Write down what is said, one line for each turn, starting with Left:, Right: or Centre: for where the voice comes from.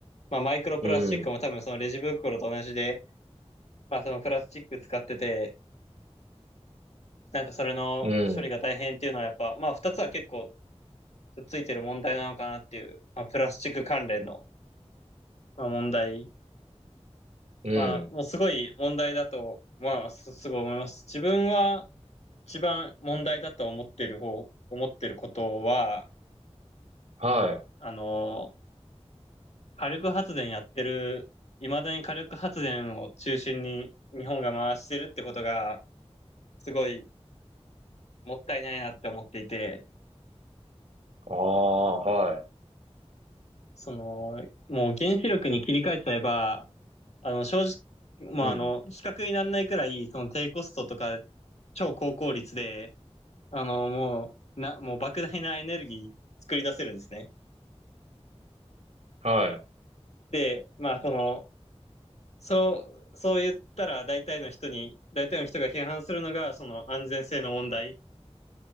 Left: まあマイクロプラスチックも多分そのレジ袋と同じで、
Right: うん、
Left: まあそのプラスチック使ってて、なんかそれの処理が大変っていうのはやっぱ、
Right: うん、
Left: まあ二つは結構ついてる問題なのかなっていう、まあプラスチック関連のまあ、問題。
Right: うん、
Left: まあ、もうすごい問題だと、まあ、す、すごい思います。自分は一番問題だと思ってる方、思ってることは、
Right: はい。
Left: あの、火力発電やってる、未だに火力発電を中心に日本が回してるってことが、すごいもったいないなって思っていて、
Right: ああ、は
Left: その、もう原子力に切り替えちゃえば、あの、正直、まあ、
Right: い。うん、
Left: あの、比較にならないくらい、その低コストとか、超高効率で、あの、もう、な、もう莫大なエネルギー作り出せるんですね。
Right: はい、
Left: で、まあ、その、そう、そう言ったら大体の人に、大体の人が批判するのが、その安全性の問題